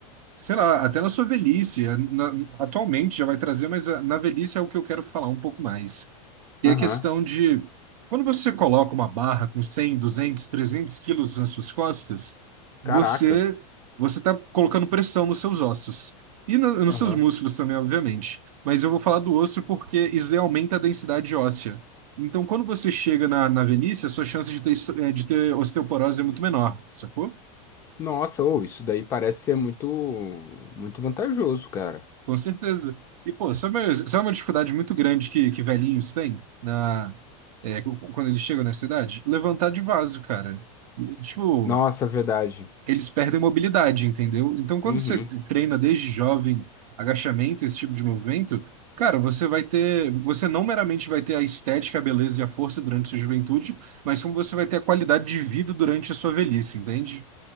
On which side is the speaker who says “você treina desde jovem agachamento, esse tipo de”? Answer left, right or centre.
Right